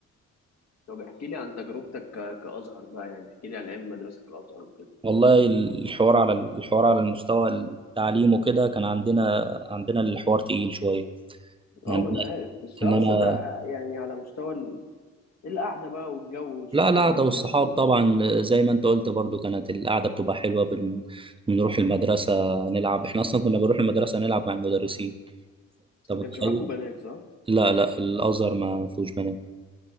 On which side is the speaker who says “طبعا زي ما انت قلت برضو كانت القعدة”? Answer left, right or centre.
Right